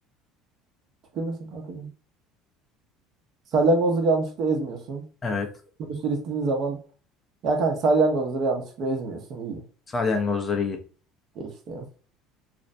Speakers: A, on the right; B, on the left.
A: Tükürmesin kanka. Salyangozları yanlışlıkla ezmiyorsun.
B: Evet.
A: Otobüsleri istediğin zaman ya kanka salyangozları yanlışlıkla ezmiyorsun. İyi.
B: Salyangozları iyi.
A: Geçtim.